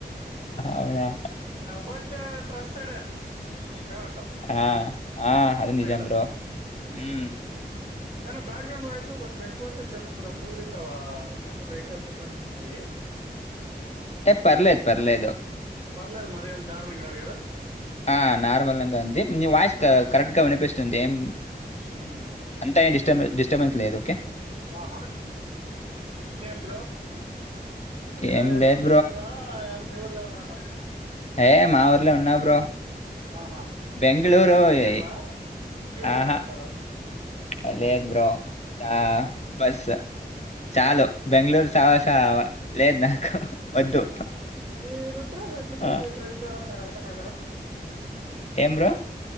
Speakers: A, on the left; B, on the right.
A: అవునా
B: బట్ ట్రస్టడ్ ఏమంటాం
A: ఆ ఆ అది
B: అంతేకదా
A: నిజం బ్రో మ్మ్.
B: అయినా బ్యాక్గ్రౌండ్ వాయిస్ కొంచెం ఎక్కువస్తే చెప్ప బ్రో ఫుల్ ఇవా మొత్తం వెహికల్స్ ఉన్న ఉన్నాయి
A: ఏ పర్లేదు పర్లేదు
B: పర్లేదు మరీ అంత దారుణం కాదు కదా
A: ఆ నార్మల్గా ఉంది నీ వాయిస్
B: ఆ
A: కరెక్ట్ గా వినిపిస్తుంది ఏం
B: ఉమ్
A: అంతా ఏడిస్ డిస్ డిస్టబెన్స్ లేదు ఒకే
B: ఆహా ఇంకేం బ్రో ఎక్కడ
A: ఏం
B: ఇప్పుడు
A: లేదు
B: బెంగళూర మీఊర్లో ఉన్నావా
A: ఏ మా ఊర్లే ఉన్నా బ్రో
B: ఆహా
A: బెంగుళూరు
B: మీరు బెంగళూరు వచ్చేలా
A: ఇ
B: మీ ఊర్లోనే
A: ఆహా
B: ఉంటారా
A: అ లేదు బ్రో చా బస్ చాలు బెంగళూరు సావాసా లేదు నాకు వద్దు
B: ఆహా ఈ రుద్రాజ్ ఎట్లి మీకు
A: ఆ,
B: ఫ్రెండ్ నాకు అర్థం కాల
A: ఏమ్ బ్రో